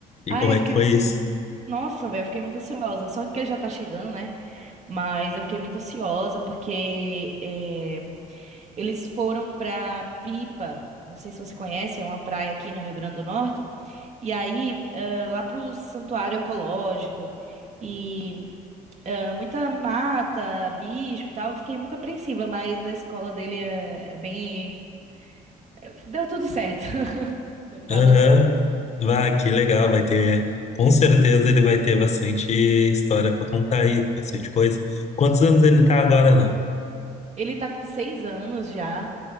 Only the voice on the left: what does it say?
E
como é
que foi
isso?
Aham.
Vá, que legal. Vai ter, com certeza ele vai ter bastante história para contar aí, bastante coisa. Quantos anos ele tá agora, Nohara?